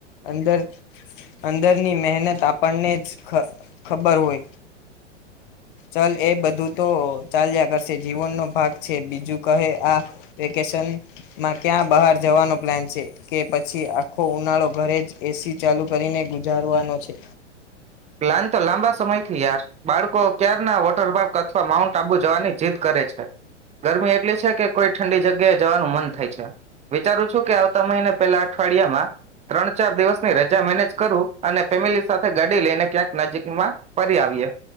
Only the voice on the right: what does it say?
પ્લાન તો લાંબા સમય થી યાર, બાળકો ક્યાર ના વોટર પાર્ક અથવા માઉન્ટ આબુ જવાની જીદ કરે છે. ગરમી એટલી છે કે કોઈ ઠંડી જગ્યાએ જવાનું મન થાય છે, વિચારું છું કે આવતા મહિને પેલા અઠવાડિયામાં ત્રણ ચાર દિવસ ને રજા મેનેજ કરું અને ફેમિલી સાથે ગાડી લઈને ક્યાંક નજીકમાં ફરી આવીએ.